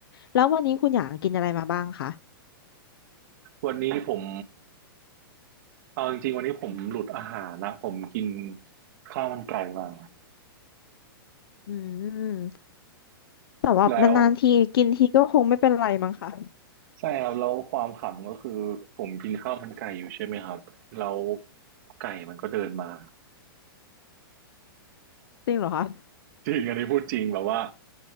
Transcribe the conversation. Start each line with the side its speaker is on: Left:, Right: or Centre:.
Left: แล้ววันนี้คุณอยากกินอะไรมาบ้างคะ
Right: วันนี้ผม เอาจริงๆวันนี้ผมหลุดอาหารนะ ผมกินข้าวมันไก่มา
Left: อืมแต่ว่านานๆทีกินทีก็คงไม่เป็นไรมั้งค่ะ
Right: แล้วใช่ครับแล้วความขำก็คือผมกินข้าวมันไก่อยู่ใช่ไหมครับ แล้วไก่มันก็เดินมา
Left: จริงเหรอคะ
Right: จริงอันนี้พูดจริงแบบว่า